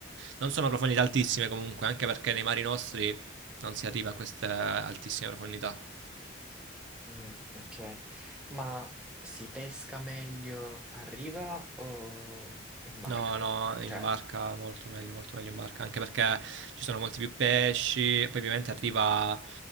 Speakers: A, on the right; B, in the centre.
A: Non sono profondità altissime comunque, anche perché nei mari nostri non si arriva a queste altissime profondità.
B: Mm, ok, ma si pesca meglio a riva o in barca?
A: No, no, in
B: Cioè,
A: barca molto meglio, molto meglio in barca, anche perché ci sono molti più pesci, poi ovviamente arriva,